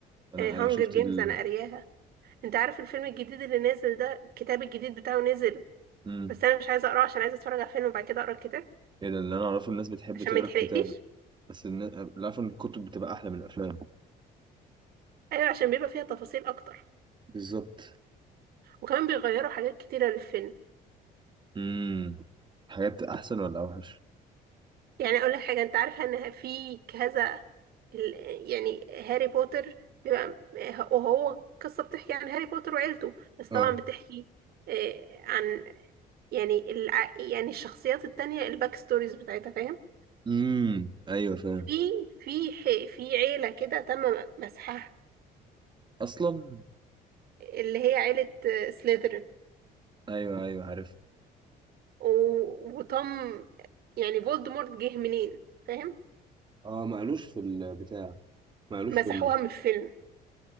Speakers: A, on the right (about 25°); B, on the right (about 65°).
A: أنا
B: هانجر
A: أنا شفت
B: جيمز
A: ال
B: انا قارياها انت عارف الفيلم الجديد اللي نازل ده الكتاب الجديد بتاعه نزل
A: مم.
B: بس انا مش عايزه اقراه عشان عايزه اتفرج على الفيلم وبعد كده اقرا الكتاب
A: إيه ده اللي أنا أعرفه الناس بتحب
B: عشان
A: تقرا
B: ما يتحرقليش
A: الكتاب بس الن- اللي أعرفه إن الكتب بتبقى أحلى من الأفلام
B: ايوه عشان بيبقى فيها تفاصيل اكتر
A: بالظبط
B: وكمان بيغيروا حاجات كتيره للفيلم
A: امم حاجات أحسن ولا أوحش؟
B: يعني اقول لك حاجه انت عارفه ان في كذا ال- يعني هاري بوتر بيبقى وهو قصه بتحكي عن هاري بوتر وعيلته بس
A: اه
B: طبعا بتحكي آه، عن يعني الع... يعني الشخصيات التانية الباك ستوريز بتاعتها فاهم
A: امم أيوه فاهم
B: في في ح- في عيله كده تم مسحها
A: أصلا
B: اللي هي عيلة سليذرين
A: أيوه أيوه عارف
B: و- وطم يعني فولدمورت جه منين فاهم
A: اه ما قالوش في البتاع ما قالوش
B: مسحوها
A: في ال
B: من الفيلم